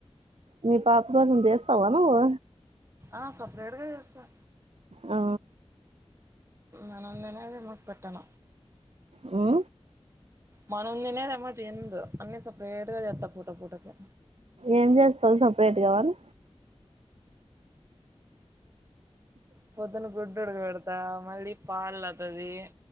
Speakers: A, on the right (about 70°); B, on the right (about 25°).
A: మీ పాపకు నువ్ చేస్తావా నువ్వు.
B: ఆ సెపెరేట్గా చేస్తా.
A: ఆ
B: మ నందినే మాకు పెట్టెన.
A: మ్
B: మన తినేదేమో తిందు, అన్ని సపరేట్ గా చేస్తా పూట పూటకి.
A: ఏం చేస్తావు సపరేటుగా వాళ్లు.
B: పొద్దున్న గుడ్డు ఉడకపెడతా మళ్ళీ పాల్ అవుతది.